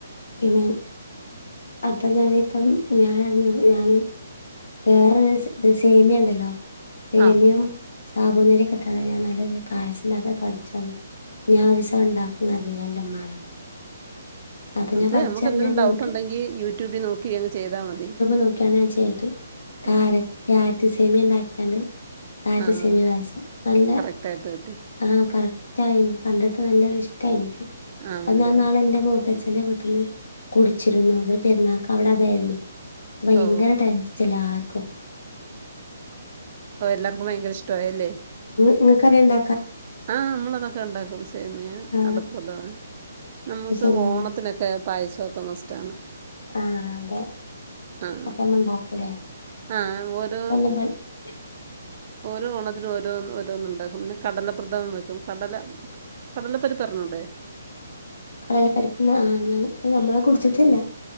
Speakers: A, on the left; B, on the right.
A: പിന്നെ അപ്പൊ ഞാനിപ്പം ഞാൻറിഞ്ഞു ഞാാന് വേറൊരു സേമിയുണ്ടല്ലോ സേമ്യം
B: ആഹ് ഹോ ഹോ
A: സാബോനരി <unintelligible> ഞാൻ നല്ല രീതിയിൽ പായസം ഉണ്ടാക്ക പഠിച്ചു ഞാൻ ഒരൂസം ഉണ്ടാക്കുംന്ന് പറഞ്ഞു ഞാനെന്റെ ഉമ്മാനോട് അപ്പൊ ഞാൻ
B: അത്
A: പഠിച്ചെറഞ്ഞാങ്ങൂട്ട്
B: നമുക്ക് എന്തെങ്കിലും ഡൗട്ട് ഉണ്ടെങ്കിൽ യൂട്യൂബിൽ നോക്കിങ്ങ് ചെയ്താൽ മതി
A: നോക്കിയാണ് ഞാൻ ചെയ്തു കാര
B: ആഹ്
A: ക്യാൻ സേമിയ ഉണ്ടാക്കിയാണ്ട് ആദ്യസേമി
B: ആഹ്
A: വായസം നല്ല
B: കറക്റ്റായിട്ട് കിട്ടി
A: ആ കറക് ഇഷ്ടായി കണ്ടിട്ട് നല്ലൊരു ഇഷ്ടായി എനിക്ക്
B: ആണല്ലേ
A: അ ഞാൻ നാളെ എന്റെ മുഖത്ത് തേച്ച് ന്റെ വീട്ടില് കുടിച്ച് അവ പെരുന്നാാക്ക അവവിടെ അതായിരുന്നു <unintelligible> ഭയങ്കര
B: ഓ
A: ടെൻഷനിലാണ് <unintelligible>
B: ഓ എല്ലാർക്കും ഭയങ്കര ഇഷ്ടവായല്ലേ
A: നിങ്ങൾക്കറിയണ്ട
B: ആഹ് നമ്മളതൊക്കെ ഉണ്ടാക്കും സേമിയ
A: ആ
B: അടപ്രദമൻ നമുക്ക്
A: അത് ശരിയാ
B: ഓണത്തിനൊക്കെ പായസക്കെ മസ്റ്റാണ്
A: ആഅതെ
B: ആഹ്
A: അപ്പ നമ്മൾ ഉണ്ടാക്കുലേ
B: ആഹ് ഓരോ
A: <unintelligible>
B: ഓരോ ഓണത്തിനും ഒരേ ഒരേ ഓരോന് ഉണ്ടാക്കും പിന്നെ കടലപ്രഥമം വെക്കും കടല കടലപ്പരിപ്പ് അറിഞ്ഞുടെ
A: കടലപ്പരിപ്പ് ആ നമ്മളെ കൊടിച്ചിട്ടില്ല